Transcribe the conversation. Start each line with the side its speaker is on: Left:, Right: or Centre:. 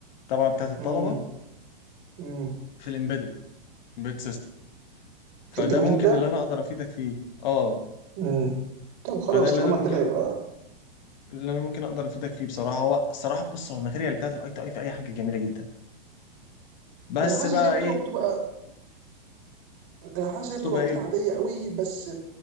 Left: طبعا بتاعت الطلبه
Right: امم امم
Left: في الامبيدد امبيدد سيستم فده
Right: كانت جميله
Left: ممكن اللي انا اقدر افيدك فيه اه
Right: امم طب خلاص
Left: فده اللي
Right: طالما
Left: انا ممكن
Right: كده يبقى
Left: اللي انا ممكن اقدر افيدك فيه بصراحه هو الصراحه بص هو الماتيريال بتاعت الاي تي اي في اي حاجه جميله جدا بس
Right: بس حاسس
Left: بقى
Right: ان هي بتبقى
Left: ايه
Right: بتبقى انا حاسس ان هي
Left: تبقى
Right: بتبقى حاجات
Left: ايه
Right: عاديه قوي بس